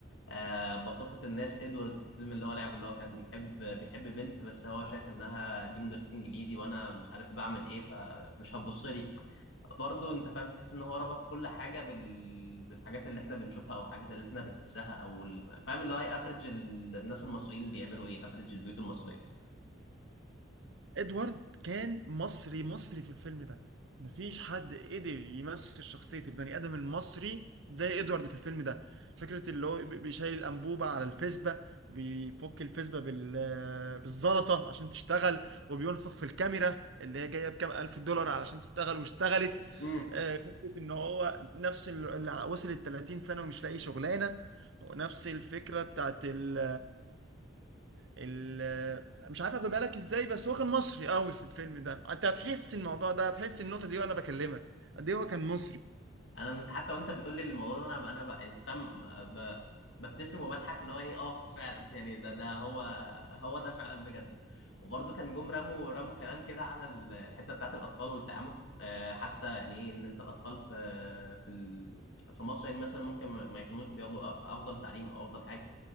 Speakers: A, on the left (about 70°); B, on the right (about 65°).
A: آه، بساطة الناس ادوارد في الفيلم اللي هو لعبه اللي هو كان بيحب بيحب بنت بس هو شايف انها دي مدرسة انجليزي وانا مش عارف بعمل ايه فمش هتبص لي برضه انت فاهم تحس ان هو ربط كل حاجه بال... بالحاجات اللي احنا بنشوفها او الحاجات اللي احنا بنحسها او ال... فاهم اللي هو ايه افريج الناس المصريين بيعملوا ايه افريج البيوت المصريه
B: ادوارد كان مصري مصري في الفيلم ده مفيش حد قدر يمثل شخصية البني آدم المصري زي ادوارد في الفيلم ده فكرة اللي هو بي- بيشيل الأنبوبة على الفيسبا وبيفك الفيسبا بال... بالزلطة عشان تشتغل وبينفخ في الكاميرا اللي هي جاية بكام ألف دولار علشان تشتغل واشتغلت
A: امم
B: آه، فكرة إن هو نفس ال- اللي وصلت 30 سنة ومش لاقي شغلانة ونفس الفكرة بتاعت ال... ال... مش عارف اخد بالك ازاي بس هو كان مصري قوي في الفيلم ده انت هتحس الموضوع ده هتحس النقطه دي وانا بكلمك قد ايه هو كان مصري
A: انا انت حتى وانت بتقول لي الموضوع ده انا ب... انا ب... انت فاهم ب... ببتسم وبضحك اللي هو ايه اه فعلا يعني ده ده هو هو ده فعلا بجد وبرضه كان جم رموا رموا كلام كده على ال- الحته بتاعت الاطفال والتعامل آه حتى يعني ايه ان انت الاطفال في في ال... في مصر يعني مثلا ممكن ما ما يكونوش بياخدوا أ- افضل تعليم او افضل حاجه